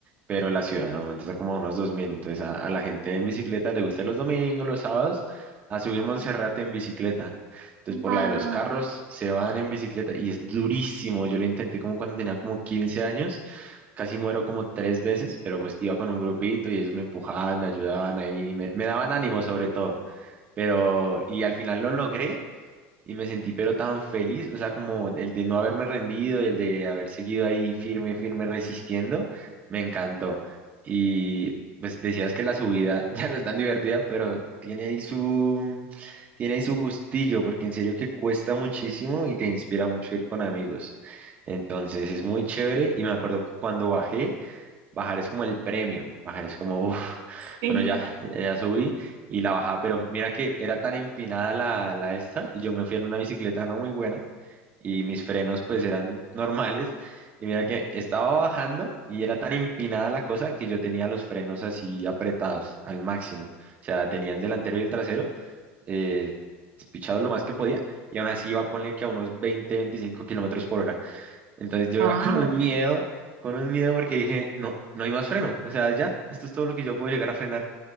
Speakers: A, on the right (about 25°); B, on the right (about 55°).
A: pero la ciudad normalmente está como a unos 2.000. Entonces a, a la gente en bicicleta le gusta los domingos, los sábados, a subir Monserrate en bicicleta. Entonces
B: Wow.
A: por la de los carros se van en bicicleta y es durísimo. Yo lo intenté como cuando tenía como quince años casi muero como tres veces, pero pues iba con un grupito y ellos me empujaban, me ayudaban ahí, me, me daban ánimo sobre todo. Pero, y al final lo logré y me sentí pero tan feliz, o sea, como el de no haberme rendido y el de haber seguido ahí firme, firme, resistiendo, me encantó. Y pues decías que la subida <laughs> ya no es tan divertida, pero tiene ahí su, mm, tiene ahí su gustillo, porque en serio que cuesta muchísimo y te inspira mucho ir con amigos. Entonces es muy chévere y me acuerdo que cuando bajé, Bajar es como el premio, bajar es como, uf,
B: Sí.
A: bueno, ya, ya subí y la bajaba, pero mira que era tan empinada la, la esta y yo me fui en una bicicleta no muy buena y mis frenos pues eran <laughs> normales y mira que estaba bajando y era tan empinada la cosa que yo tenía los frenos así apretados al máximo, o sea, tenía el delantero y el trasero eh, pichados lo más que podía y aún así iba a poner que a unos 20 25 kilómetros por hora entonces yo
B: Wow.
A: iba <laughs> con un miedo, con un miedo porque dije, no, no hay más freno, o sea, ya, esto es todo lo que yo puedo llegar a frenar.